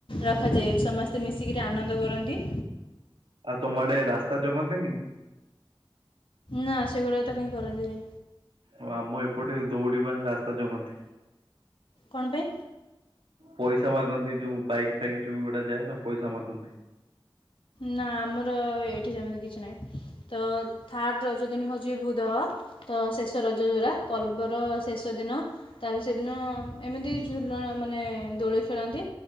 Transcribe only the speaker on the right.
ଆଉ ତମଆଡେ ରାସ୍ତା ଯଗନ୍ତିନି
ଓ ଆମ ଏପଟେ ଦୌଡିିବା ରାସ୍ତା ଜଗନ୍ତି
ପଇସା ମାଗନ୍ତି ଯୋଉ ବାଇକ୍ ପାଇଁ ଯୋଉ ଗୋଟା ଯାଏ ତାକୁ ପଇସା ମାଗନ୍ତି